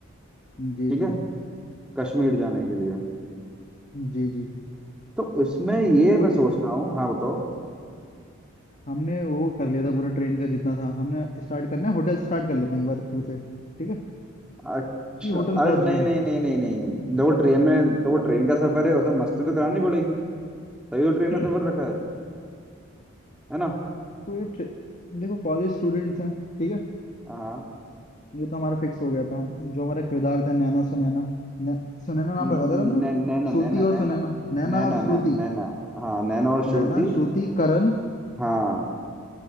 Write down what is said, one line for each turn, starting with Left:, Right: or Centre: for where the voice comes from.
Left: जी
Centre: ठीक
Left: जी
Centre: है कश्मीर जाने के लिए
Left: जी जी
Centre: तो इसमें ये मैं
Left: वही
Centre: सोच रहा हूँ हाँ बताओ
Left: हमने वो कर लिया था पूरा ट्रेन का जितना था हमने स्टार्ट करना है होटल से स्टार्ट कर लेते हैं एक बार फिर से ठीक है
Centre: अच्छा
Left: ये होटल
Centre: अरे
Left: पहुंच
Centre: नहीं
Left: गए हैं
Centre: नहीं नहीं नहीं नहीं देखो ट्रेन में देखो ट्रेन का सफर है उसमें मस्ती तो करानी पड़ेगी तभी तो ट्रेन
Left: <clears throat>
Centre: का सफर रखा है है ना
Left: तो ये ट्रे- देखो कॉलेज स्टूडेंट्स हैं ठीक है
Centre: हाँ
Left: ये तो हमारा फिक्स हो गया था जो हमारे किरदार थे नैना सुनैना नै, सुनैना नाम
Centre: न-
Left: रखा था ना हमने
Centre: न- नैना
Left: श्रुति
Centre: नैना
Left: और
Centre: नैना
Left: सुनैना नैना
Centre: नैना
Left: और श्रुति
Centre: नैना नैना हाँ नैना और श्रुति
Left: नैना श्रुति करण
Centre: हाँ